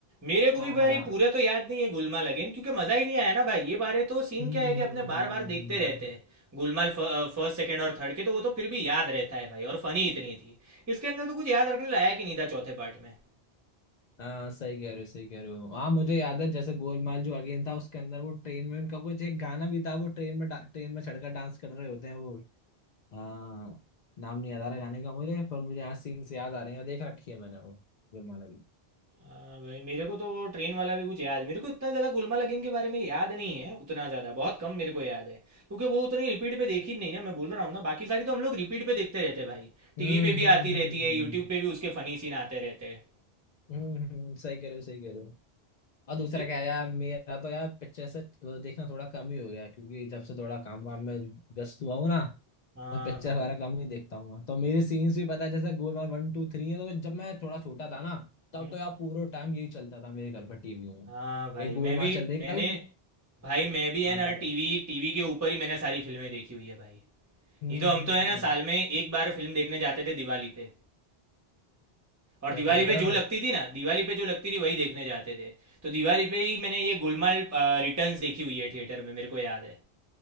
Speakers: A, on the right (about 20°); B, on the left (about 55°).
A: मेरे को
B: हाँ
A: भी भाई
B: हाँ
A: पूरे तो याद नहीं है गुलमाल अगेन क्योंकि मज़ा ही नहीं आया ना भाई ये बारे तो सीन
B: हम्म
A: क्या है कि
B: हम्म
A: अपने बार
B: हम्म
A: बार देखते
B: हम्म।
A: रहते हैं गुलमाल फर्स्ट सेकंड और थर्ड के तो वो तो फिर भी याद रहता है भाई और फनी इतनी थी इसके अंदर तो कुछ याद रखने लायक ही नहीं था चौथे पार्ट में
B: हाँ सही कह रहे हो सही कह रहे हो हाँ मुझे याद है जैसे गोलमाल जो अगेन था उसके अंदर वो ट्रेन में उनका कुछ एक गाना भी था वो ट्रेन में डा- ट्रेन में चढ़कर डांस कर रहे होते हैं वो हाँ नाम नहीं याद आ रहा गाने का मुझे पर मुझे यहाँ सीन से याद आ रहे हैं और देख रखी है मैंने वो गोलमाल की
A: हाँ भाई मेरे को तो वो ट्रेन वाला भी कुछ याद मेरे को इतना ज़्यादा गुलमाल अगेन के बारे में याद नहीं है उतना ज़्यादा बहुत कम मेरे को याद है क्योंकि वो उतनी रिपीट पे देखी नहीं ना मैं बोल रहा हूँ ना बाकी सारी तो हम लोग रिपीट पे देखते रहते हैं भाई टीवी
B: हम्म
A: पे भी
B: हम्म
A: आती
B: हम्म
A: रहती है
B: हम्म
A: यूट्यूब पे भी उसके फनी सीन आते रहते हैं
B: हम्म हम्म, सही कह रहे हो सही कह रहे हो और दूसरा
A: ले-
B: क्या है यार मेरा तो यार पिक्चर से देखना थोड़ा कम ही हो गया क्योंकि जब से थोड़ा काम वाम में व्यस्त हुआ हूँ ना
A: हाँ
B: मैं पिक्चर
A: भाई
B: वगैरह कम ही देखता हूँ तो मेरे सीन्स भी पता है जैसे गोलमाल वन टू थ्री है तो जब मैं थोड़ा छोटा था ना तब
A: हम्म,
B: तो यार पूरा टाइम यही चलता था मेरे घर पर टीवी में
A: हाँ भाई
B: एक गोलमाल
A: मैं भी
B: चल रही है,
A: मैंने
B: कभी कु-
A: भाई मैं भी
B: हाँ
A: है ना
B: बताओ
A: टीवी टीवी के ऊपर ही मैंने सारी फिल्में देखी हुई है भाई नहीं
B: हम्म
A: तो हम
B: हम्म
A: तो है
B: हम्म।
A: ना साल में एक बार फिल्म देखने जाते थे दिवाली पे और
B: अच्छा
A: दिवाली
B: थिएटर
A: पे जो
B: में
A: लगती थी ना दिवाली पे जो लगती थी वही देखने जाते थे तो दिवाली पे ही मैंने ये गुलमाल रिटर्न्स देखी हुई है थिएटर में मेरे को याद है